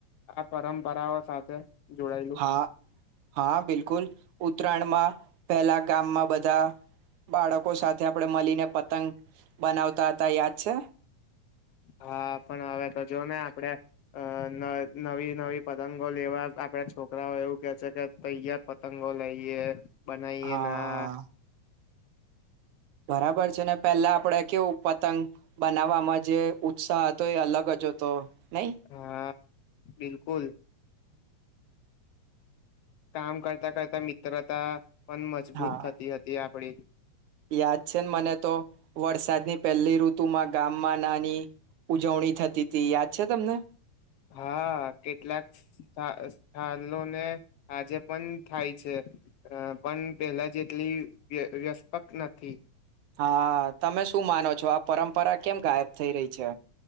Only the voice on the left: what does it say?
આ પરંપરાઓ સાથે. જોડાયેલું
હા પણ હવે તો જો ને આપડે અ નવી નવી પતંગો લેવા આપડા છોકરાઓ એવું કે છે કે તૈયાર પતંગો લઈએ બનાઈએ
ના.
હા બિલકુલ કામ કરતા કરતા મિત્રતા પણ મજબૂત
થતી હતી આપડી
હા કેટલાક સથા સ્થનોને આજે પણ થાય છે પણ પેલા જેટલી વય વ્યસ્પક નથી.